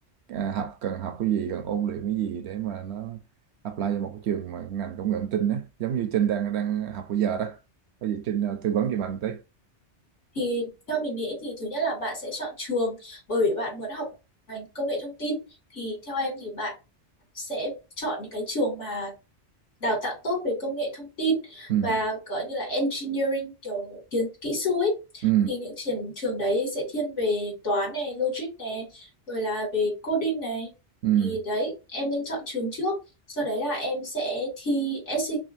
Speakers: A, on the right; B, on the left.
A: à, học cần học cái gì, cần ôn luyện cái gì để mà nó apply vào một cái trường mà ngành công nghệ thông tin á, giống như Trinh đang đang học bây giờ đó, có gì Trinh à, tư vấn giùm anh tí.
B: Thì theo mình nghĩ thì thứ nhất là bạn sẽ chọn trường bởi vì bạn muốn học ngành công nghệ thông tin. Thì theo em thì bạn sẽ chọn những cái trường mà đào tạo tốt về công nghệ thông tin
A: Ừ.
B: và có như là engineering kiểu kiến kỹ sư ấy.
A: ừ
B: Thì những trường trường đấy sẽ thiên về toán này, logic này, rồi là về coding này.
A: ừ
B: Thì đấy, em nên chọn trường trước. Sau đấy là em sẽ thi SAT